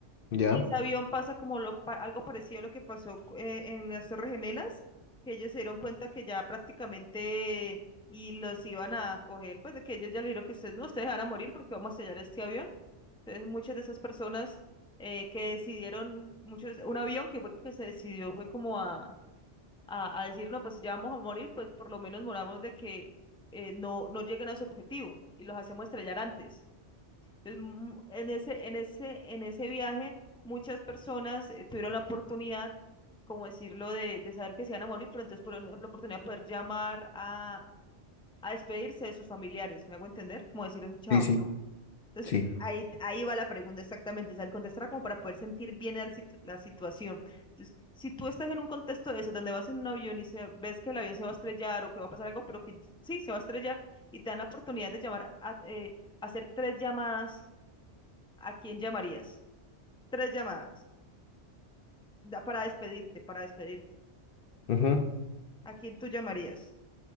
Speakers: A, on the left; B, in the centre.
A: ya,
B: Y ese avión pasa como lo, pa- algo parecido a lo que pasó eh, en las Torres Gemelas, que ellos se dieron cuenta que ya prácticamente y los iban a coger, pues de que ellos ya le dijeron que ustedes no, ustedes van a morir porque vamos a sellar este avión. Entonces muchas de esas personas eh, que decidieron, muchos, un avión que fue que se decidió fue como a, a, a decir, no, pues si ya vamos a morir, pues por lo menos moramos de que eh, no, no lleguen a su objetivo y los hacemos estrellar antes. Entonces, mu- en ese, en ese, en ese viaje, muchas personas eh, tuvieron la oportunidad, como decirlo, de, de saber que se iban a morir, pero entonces por la oportunidad de poder llamar a, a despedirse de sus familiares. ¿Me hago entender? Como decir un chao.
A: sí, sí,
B: Me hago- Entonces,
A: sí.
B: ahí, ahí va la pregunta exactamente. O sea, el contestar como para poder sentir bien el situ- la situación. Entonces, si tú estás en un contexto de eso, donde vas en un avión y se, ves que el avión se va a estrellar o que va a pasar algo, pero que sí, se va a estrellar, y te dan la oportunidad de llamar a, eh, hacer tres llamadas ¿A quién llamarías? Tres llamadas. da- Para despedirte, para despedirte.
A: Ujú.
B: ¿A quién tú llamarías?